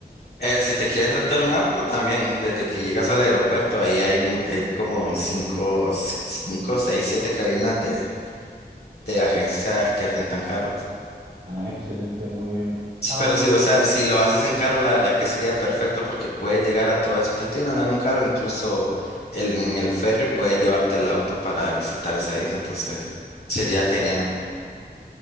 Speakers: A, on the left; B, on the right.
A: Eh, si te quieres rentar un auto también, desde que llegas al aeropuerto, ahí hay, mu- hay como cinco, cinco, seis, siete cabinas de, de agencias que rentan carros.
B: Ah, excelente, muy bien.
A: Sí,
B: Ah,
A: Pero sí, o sea, si lo haces en carro, la verdad que sería perfecto porque puedes llegar a todos esos destinos andando en un carro, incluso el, en el ferry puedes llevarte el auto para visitar esa isla, entonces sería genial.